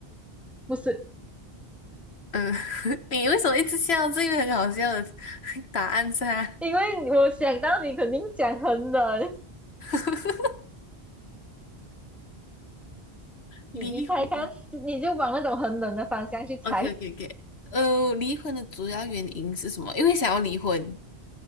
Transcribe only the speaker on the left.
嗯、<laughs> 你为什么一直笑？这个很好笑的 <laughs> 答案噻。
<laughs> 离婚。
o k o k o k 呃，离婚的主要原因是什么？因为想要离婚。